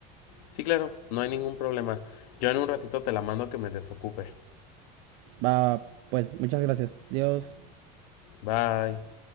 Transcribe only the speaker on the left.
Sí, claro, no hay ningún problema. Yo en un ratito te la mando que me desocupe.
Bye.